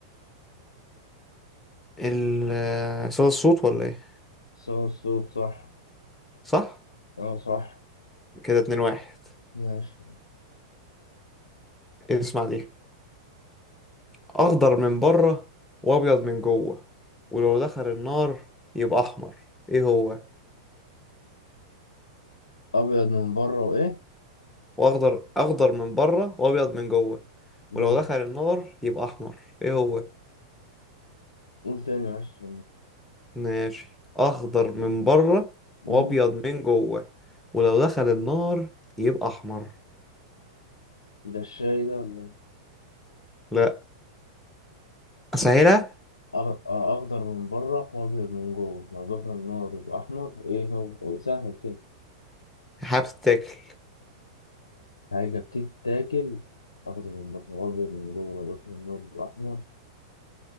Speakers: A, in the centre; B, on the left.
A: ال آه، صدى الصوت ولا ايه
B: صوت الصوت صح
A: صح
B: اه صح
A: كده اتنين واحد
B: ماشي
A: اسمع دي اخضر من بره وابيض من جوه ولو دخل النار يبقى احمر ايه هو
B: ابيض من بره وايه
A: واخضر اخضر من بره وابيض من جوه
B: مم.
A: ولو دخل النار يبقى احمر ايه هو
B: قول تاني معلش
A: ماشي اخضر من بره
B: مم.
A: وابيض من جوه ولو دخل النار يبقى احمر
B: ده الشاي ده ولا إيه؟
A: لا اسهلها
B: أغ- أخضر من بره وأبيض من جوه لو ظهر النار يبقى أحمر إيه هو هو سهل كده
A: هبتكل
B: حاجة بتتاكل أخضر من بره وأبيض من جوه لو ظهر النار يبقى أحمر